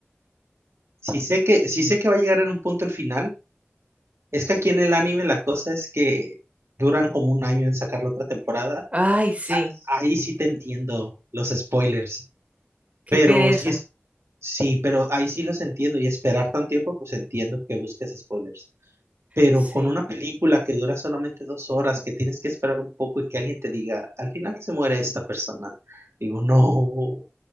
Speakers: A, on the right (about 85°); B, on the right (about 30°).
A: si sé que, si sé que va a llegar en un punto el final, es que aquí en el anime la cosa es que duran como un año en sacar la otra temporada,
B: Ay, sí,
A: ahí sí te entiendo los spoilers.
B: qué
A: Pero
B: pereza.
A: sí es, sí, pero ahí sí los entiendo y esperar tan tiempo, pues entiendo que busques spoilers. Pero
B: Sí.
A: con una película que dura solamente dos horas, que tienes que esperar un poco y que alguien te diga, al final se muere esta persona. Digo, no,